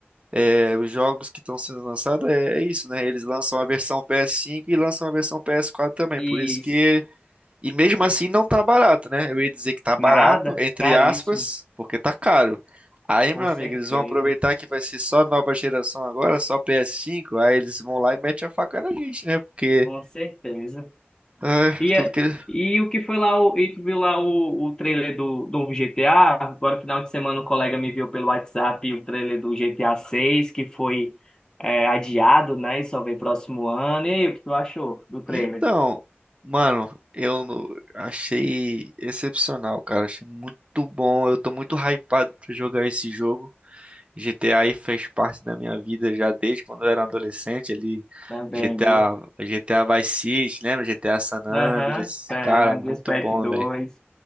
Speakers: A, on the right; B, on the left.
A: é, os jogos que estão sendo lançados é, é isso, né? Eles lançam a versão PS5 e lançam a versão PS4 também.
B: Isso.
A: Por isso que E mesmo assim não tá barato, né? Eu ia dizer que tá barato,
B: Nada,
A: entre
B: caríssimo.
A: aspas, porque tá caro. Aí, meu
B: Com certeza.
A: amigo, eles vão aproveitar que vai ser só nova geração agora, só PS5, aí eles vão lá e metem a faca na gente, né? Porque
B: Com certeza.
A: ah,
B: E,
A: tudo
B: é-
A: que eles...
B: e o que foi lá, o, e tu viu lá o, o trailer do, do GTA? Agora, final de semana, um colega me viu pelo WhatsApp o trailer do GTA seis que foi é, adiado, né? E só vem próximo ano. E aí, o que tu achou do trailer?
A: Então, mano, eu no- achei excepcional, cara. Achei muito bom. Eu tô muito hypado pra jogar esse jogo. GTA aí fez parte da minha vida já desde quando eu era adolescente ali.
B: Também,
A: GTA,
B: viu?
A: GTA Vice City, lembra? GTA San Andreas.
B: Aham, é,
A: Cara, muito
B: Respect
A: bom,
B: dois
A: velho.